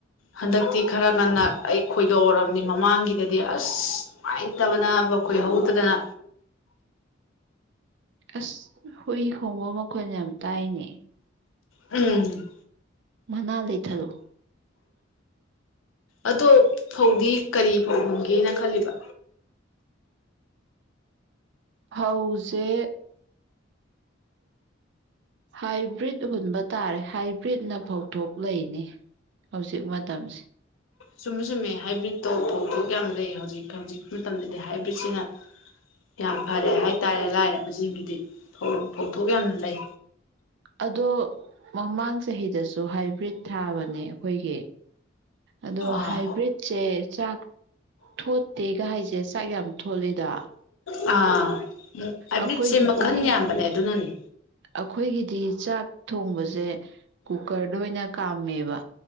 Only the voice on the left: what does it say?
ꯍꯟꯗꯛꯇꯤ ꯈꯔ ꯉꯟꯅ ꯑꯩ ꯈꯣꯏꯗꯣꯛꯎꯔꯕꯅꯤ ꯃꯃꯥꯡꯒꯤꯗꯗꯤ ꯑꯁ ꯅꯨꯡꯉꯥꯏꯇꯕꯅ ꯈꯣꯏꯍꯧꯗꯗꯅ
ꯎꯝ
ꯑꯗꯣ ꯐꯧꯗꯤ ꯀꯔꯤ ꯐꯧꯒꯝꯒꯦꯅ ꯈꯜꯂꯤꯕ
ꯁꯨꯝꯃꯦ ꯆꯨꯝꯃꯦ ꯍꯥꯏꯕ꯭ꯔꯤꯠꯇꯣ ꯐꯧꯊꯣꯛ ꯌꯥꯝ ꯂꯩ ꯍꯧꯖꯤꯛ ꯍꯧꯖꯤꯛ ꯃꯇꯝꯗꯗꯤ ꯍꯥꯏꯕ꯭ꯔꯤꯠꯁꯤꯅ ꯌꯥꯝ ꯐꯔꯦ ꯍꯥꯏꯇꯥꯔꯦ ꯂꯥꯏꯔꯕꯁꯤꯡꯒꯤꯗꯤ ꯐꯧꯊꯣꯛ ꯌꯥꯝꯅ ꯂꯩ
ꯑꯥ
ꯑꯥ ꯍꯥꯏꯕ꯭ꯔꯤꯠꯁꯦ
ꯃꯈꯜ ꯌꯥꯝꯕꯅꯦ ꯑꯗꯨꯅꯅꯤ